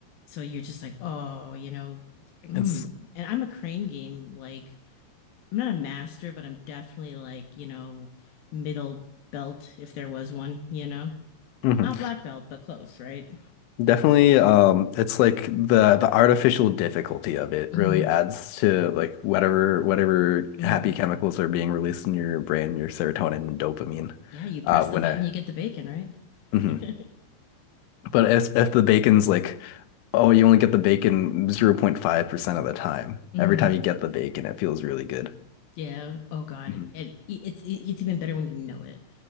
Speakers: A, on the left; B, on the left.
A: So you're just like, oh, you know, mm.
B: It's.
A: and I'm a crane game. Like, I'm not a master, but I'm definitely like, you know, middle belt if there was one, you know,
B: mhm.
A: not black belt, but close, right?
B: Definitely, um, it's like the the artificial difficulty of it
A: Mm-hmm.
B: really adds to like whatever whatever
A: Mm-hmm.
B: happy chemicals are being released in your brain, your serotonin and dopamine.
A: Yeah, you press
B: Uh, when
A: the button,
B: I,
A: you get the bacon, right?
B: mhm.
A: <laughs>
B: But if if the bacon's like, oh, you only get the bacon 0.5% of the time.
A: mm-hmm.
B: Every time you get the bacon, it feels really good.
A: Yeah. Oh God.
B: hmm
A: And i- it's it's even better when you know it.